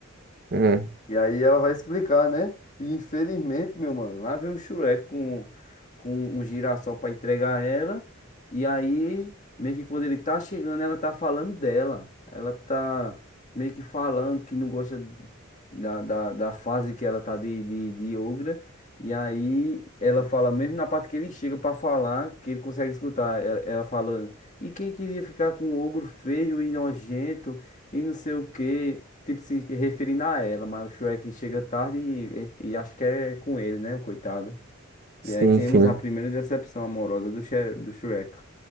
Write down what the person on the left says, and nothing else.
E aí ela vai explicar, né? E infelizmente, meu mano, lá vem o Shrek com, com um girassol pra entregar a ela. E aí, meio que quando ele tá chegando, ela tá falando dela. Ela tá meio que falando que não gosta da, da, da fase que ela tá de, de, de ogra. E aí ela fala, mesmo na parte que ele chega pra falar, que ele consegue escutar ela, ela falando. E quem queria ficar com um ogro feio e nojento? e não sei o quê. Tipo, se referindo a ela, mas o Shrek chega tarde e, e acho que é com ele, né, o coitado.
E aí temos
a primeira decepção amorosa do, Shre do Shrek.